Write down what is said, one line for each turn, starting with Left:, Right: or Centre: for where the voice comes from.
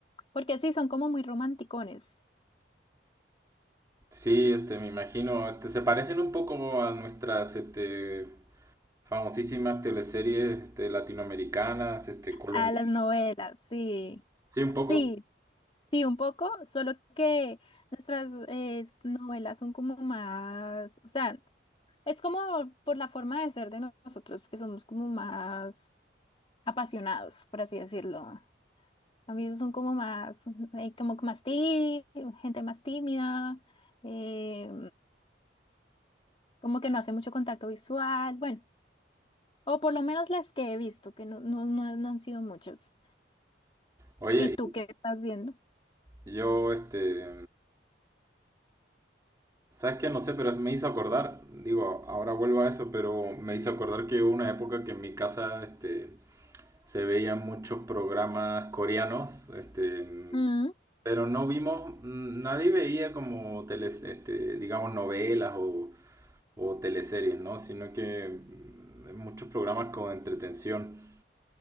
Left: porque sí, son como muy romanticones.
Right: Sí, este, me imagino, este, se parecen un poco a nuestras, este, Famosísimas teleseries este, latinoamericanas, este, colombianas.
Left: A las novelas, sí.
Right: Sí, un poco.
Left: Sí, sí, un poco, solo que nuestras eh, novelas son como más, o sea, es como por la forma de ser de no- nosotros, que somos como más apasionados, por así decirlo. A mí son como más, eh, como que más tí, gente más tímida, eh, como que no hace mucho contacto visual, bueno, o por lo menos las que he visto, que no, no, no, no han sido muchas.
Right: Oye,
Left: ¿Y tú qué estás viendo?
Right: yo, este, ¿sabes qué? No sé, pero me hizo acordar, digo, ahora vuelvo a eso, pero me hizo acordar que hubo una época que en mi casa, este, se veían muchos programas coreanos, este,
Left: Mm,
Right: pero no vimos, mm, nadie veía como teles, este, digamos, novelas o, o teleseries, ¿no? Sino que mm, muchos programas con entretención.